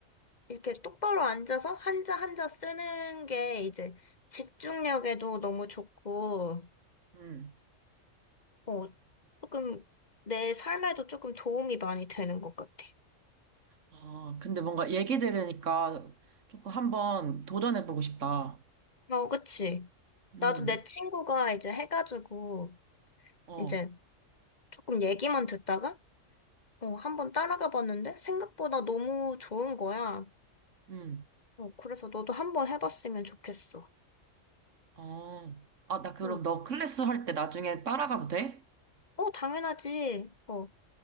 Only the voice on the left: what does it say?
이렇게 똑바로 앉아서 한자 한자 쓰는 게 이제 집중력에도 너무 좋고
어 조금 내 삶에도 조금 도움이 많이 되는 것 같아.
어 그치?
나도 내 친구가 이제 해가지고
이제 조금 얘기만 듣다가 어, 한번 따라가 봤는데 생각보다 너무 좋은 거야.
어, 그래서 너도 한 번 해봤으면 좋겠어.
응.
어, 당연하지. 어,